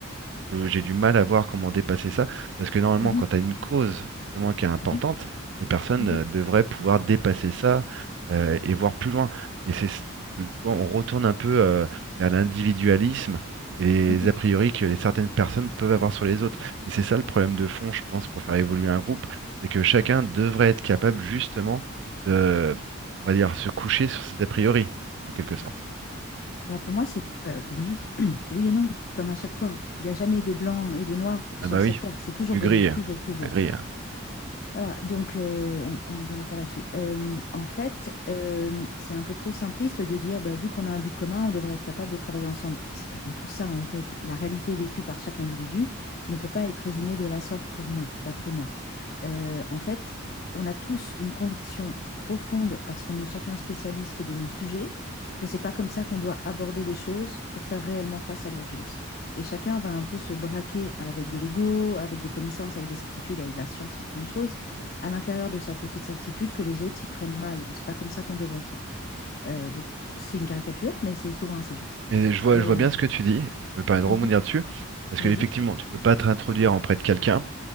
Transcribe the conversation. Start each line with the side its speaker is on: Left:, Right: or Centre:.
Right: faut- j'ai du mal à voir comment dépasser ça. Parce que normalement,
Left: Mmh
Right: quand
Left: mh.
Right: tu as une cause justement qui est importante,
Left: Mmh
Right: les personnes
Left: Mmh
Right: euh, devraient pouvoir dépasser ça euh, et voir plus loin. Mais c'est, tu, tu vois, on retourne un peu euh, vers l'individualisme et
Left: Mmh
Right: les a priori que les certaines personnes peuvent avoir sur les autres. Et c'est ça le problème de fond, je pense, pour faire évoluer un groupe, c'est que chacun devrait être capable justement de, on va dire, se coucher sur ses a priori, en quelque sorte.
Left: Alors pour moi, c'est p oui, <clears throat> oui et non, comme à chaque fois. Il n'y a jamais de blanc et de noir sur
Right: Ah bah oui,
Left: cette terre, c'est toujours
Right: du
Left: gris,
Right: gris,
Left: toujours,
Right: euh,
Left: toujours.
Right: la grille. hein.
Left: Voilà, donc euh, on, on est bien d'accord là-dessus. Euh, en fait, euh, c'est un peu trop simpliste de dire, bah, vu qu'on a un but commun, on devrait être capable de travailler ensemble. Bah, C'est pas du tout ça, en fait. La réalité vécue par chaque individu ne peut pas être résumée de la sorte pour moi, d'après moi euh, en fait, on a tous une conviction profonde, parce qu'on est chacun spécialiste de nos sujets, que c'est pas comme ça qu'on doit aborder les choses pour faire réellement face à l'urgence. Et chacun va un peu se braquer avec de l'ego, avec des connaissances, avec des certitudes, avec de la science, avec plein de choses, à l'intérieur de sa petite certitude que les autres s'y prennent mal, ou c'est pas comme ça qu'on devrait faire. Euh, donc c'est une caricature, mais c'est souvent assez juste.
Right: Mais je vois,
Left: Euh,
Right: je vois bien ce que tu dis, je me permets de rebondir
Left: mhm,
Right: dessus, parce
Left: vas-y.
Right: que effectivement, tu peux pas t'introduire auprès de quelqu'un,